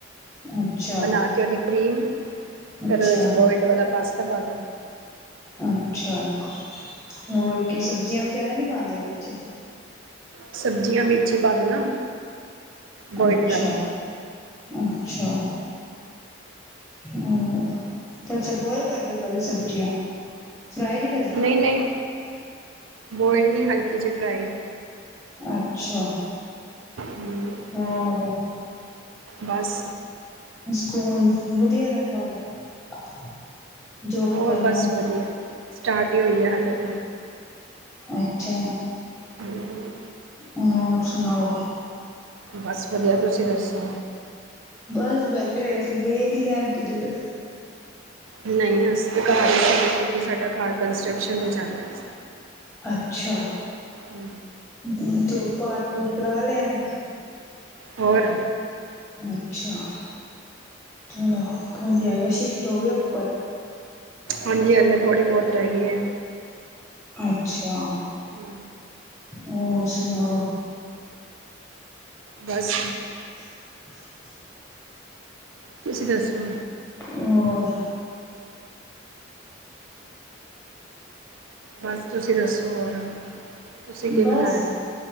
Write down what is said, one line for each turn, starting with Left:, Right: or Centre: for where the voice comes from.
Centre: ਅੱਛਾ
Right: ਬਨਾ ਕੇ ਉਹਦੀ ਕਰੀਮ
Centre: ਅੱਛਾ
Right: ਫੇਰ ਉਹਦੇ 'ਚ ਬੋਇਲਡ ਵਾਲਾ ਪਾਸਤਾ ਪਾ ਦੋ
Centre: ਅੱਛਾ ਹੋਰ ਕੀ ਸਬਜ਼ੀਆਂ ਵਗੈਰਾ ਨਹੀਂ ਪਾਂਦੇ ਵਿੱਚ
Right: ਸਬਜ਼ੀਆਂ ਵਿਚ ਈ ਪਾ ਦੋ ਨਾ। ਬੋਇਲਡ
Centre: ਅੱਛਾ
Right: ਕਰਕੇ
Centre: ਅੱਛਾ। ਹੁ ਅੱਛਾ ਬੋਆਇਲ ਕਰਦੇ ਓ ਪਹਿਲੇ ਸਬਜ਼ੀਆਂ ਫਰਾਈ ਨੀ।
Right: ਨਹੀਂ ਨਹੀਂ ਬੋਇਲ ਨਹੀਂ ਹਲਕੀ ਜਿਹੀ ਫਰਾਈ।
Centre: ਅੱਛਾ
Right: ਹੂੰ
Centre: ਹੋਰ
Right: ਬਸ
Centre: ਸਕੂਲ ਵਧੀਆ ਰਹਿੰਦਾ ਵੇ ਜੋਬ
Right: ਹੋਰ
Centre: ਕਰਨਾ।
Right: ਬਸ ਵਧੀਆ ਸਟਾਰਟ ਹੀ ਹੋਈ ਏ ਹਾਲੇ ਤੇ।
Centre: ਅੱਛਾ
Right: ਹਮ,
Centre: ਹੋਰ ਸੁਨਾੳ।
Right: ਬਸ ਵਧੀਆ ਤੁਸੀਂ ਦੱਸੋ
Centre: ਬਸ ਬੈਠੇ ਹੋਏ ਸੀ ਗਏ ਨੀ ਰਹਿਣ ਕਿਧਰੇ।
Right: ਨਹੀਂ ਅਸੀਂ ਤਾਂ ਘਰ ਹੀ ਸ਼ੁਰੂ ਕਿਉਂਕਿ ਸਾਡਾ ਘਰ ਕੰਸਟਰਕਸ਼ਨ ਤੇ ਚੱਲ ਰਿਹਾ ਸੀ।
Centre: ਅੱਛਾ
Right: ਹੁ
Centre: ਹੁ ਤੇ ਉਹ ਪਾਠ ਪੂਠ ਕਰਾ ਲਿਆ ਨੇ।
Right: ਹੋਰ
Centre: ਅੱਛਾ ਕੀ ਆ ਗਿਆ ਸ਼ਿਫਟ ਹੋਵੇ ਉੱਪਰ <unintelligible>
Right: ਹਾਂਜੀ ਹਲੇ ਥੋੜ੍ਹੀ ਬਹੁਤ ਰਹਿ ਗਈ ਏ।
Centre: ਅੱਛਾ
Right: ਹੁ
Centre: ਹੋਰ ਸੁਣਾਓ।
Right: ਬਸ
Centre: <inaudible>
Right: ਤੁਸੀਂ ਦੱਸੋ।
Centre: ਹੋਰ
Right: ਬਸ ਤੁਸੀਂ ਦੱਸੋ ਹੋਰ ਤੁਸੀਂ ਕੀ
Centre: ਬਸ
Right: ਬਣਾਇਆ